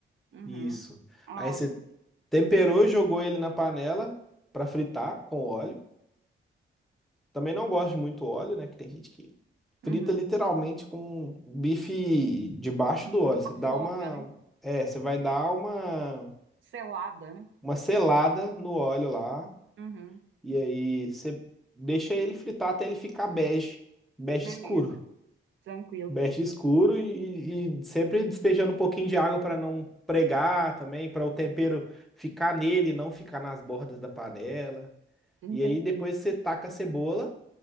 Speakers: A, on the right; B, in the centre.
A: Uhum.
B: isso.
A: Ah,
B: Aí você
A: beleza.
B: temperou, jogou ele na panela pra fritar com óleo. Também não gosto de muito óleo, né? Que tem gente que frita
A: Uhum.
B: literalmente com bife debaixo
A: Af-
B: do óleo. Você
A: Afoga,
B: dá uma.
A: né?
B: É, você vai dar uma,
A: Selada, né?
B: uma selada no óleo lá
A: Uhum.
B: E aí você deixa ele fritar até ele ficar bege, bege
A: Beleza,
B: escuro.
A: tranquilo.
B: Bege escuro e, e sempre despejando um pouquinho de água para não pregar também, para o tempero ficar nele, não ficar nas bordas da panela.
A: Entendi.
B: E aí depois você taca a cebola